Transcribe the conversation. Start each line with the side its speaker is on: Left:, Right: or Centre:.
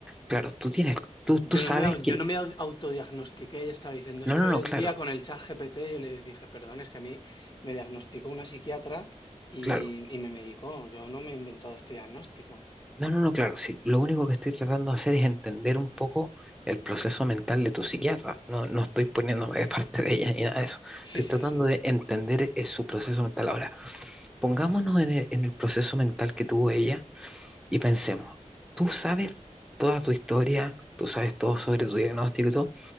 Centre: claro, tú tienes, tú, tú
Left: Yo
Centre: sabes
Left: no me, au-
Centre: que,
Left: yo no me au- autodiagnostiqué, ella estaba diciendo,
Centre: no,
Left: es
Centre: no,
Left: que
Centre: no, claro,
Left: un día con el chat GPT yo le dije, perdón, es que a mí me diagnosticó una psiquiatra y,
Centre: claro,
Left: y me medicó, yo no me he inventado este diagnóstico.
Centre: No, no, no, claro, sí. Lo único que estoy tratando de hacer es entender un poco el proceso mental de tu psiquiatra. No, no estoy poniéndome de <laughs> parte de ella ni nada de eso.
Left: Sí,
Centre: Estoy
Left: sí,
Centre: tratando
Left: sí.
Centre: de entender eh, su proceso mental. Ahora, pongámonos en el, en el proceso mental que tuvo ella y pensemos, tú sabes toda tu historia, tú sabes todo sobre tu diagnóstico y todo,